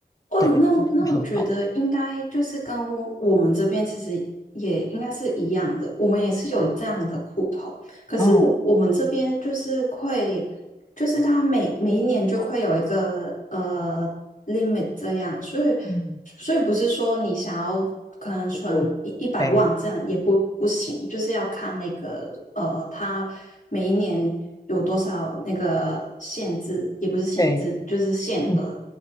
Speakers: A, on the left (about 50°); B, on the left (about 20°).
A: 哇，
B: 对，
A: 那我那我觉得应该就是跟我我们这边其实也应该是一样的，
B: 很好。
A: 我们也是有这样的户头，可是我我们这边就是会，
B: 哦，
A: 就是他每每一年就会有一个呃 limit 这样，所以
B: 嗯，
A: 所以不是说你想要可能存一一百万这样也不不行，
B: 我对
A: 就是要看那个呃他每一年有多少那个限制，也不是限制，
B: 对，
A: 就是限额。
B: 嗯，